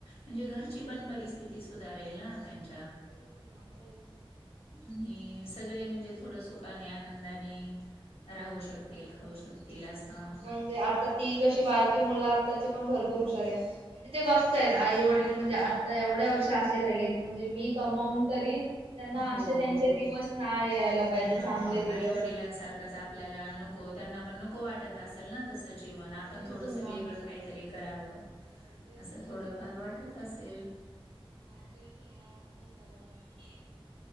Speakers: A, on the left (about 80°); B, on the right (about 75°).
A: म्हणजे घरची
B: हा
A: पण परिस्थिती <inaudible> ती सुधारेल ना त्यांच्या
B: तेच ना तेच
A: आणि सगळे म्हणजे <inaudible> थोड सुखाने आनंदाने- राहू शकतील,
B: हो
A: खाऊ शकतील
B: तेघ
A: असं.
B: ना आणि म्हणजे आता ती कशी बारकी मुलं- त्याचे पण भरपूर हुशार आहेत म्हणजे ते बघताय आहेत आई वडील म्हणजे आता एवढ्या वर्ष असे राहिले म्हणजे- मी कमावून तरी- त्यांना
A: हो-
B: असे त्यांचे दिवस नाय यायला पाहिजे
A: हा
B: चांगले दिवस.
A: आई वडिलांसारखंच आपल्याला नको <inaudible> हो त्यांना पण नको वाटत असेल ना तसं जीवन आपण
B: तेच
A: थोडंसं
B: ना.
A: वेगळं काहीतरी- कराव
B: तेच
A: असं
B: ना
A: थोडंफार वाटत असेल-
B: हा तेच ना वाटतं सर्वांना.